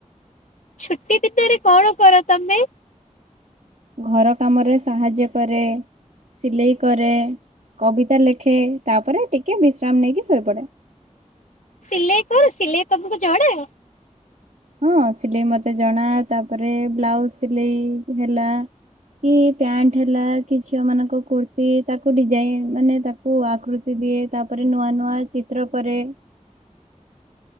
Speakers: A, on the left (about 85°); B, on the right (about 85°).
A: ଛୁଟି ଦିନରେ କଣ କର ତମେ?
B: ଘର କାମରେ ସାହାଯ୍ୟ କରେ ସିଲେଇ କରେ କବିତା ଲେଖେ ଦେଖେ ତାପରେ ଟିକେ ବିଶ୍ରାମ ନେଇକି ଶୋଇପଡେ।
A: ସିଲେଇ କର ସିଲେଇ ତମକୁ ଯଣା?
B: ହଁ ସିଲେଇ ମତେ ଜଣା ତାପରେ ବ୍ଲାଉଜ ସିଲେଇ ହେଲା କି ପ୍ୟାଣ୍ଟ ହେଲା କି ଝିଅ ମାନଙ୍କ କୁର୍ତ୍ତିୀ ତାକୁ ଡିଜାଇନ ମାନେ ତାକୁ କୁ ଆକୃତି ଦିଏ ତାପରେ ନୂଆ ନୂଆ ଚିତ୍ର କରେ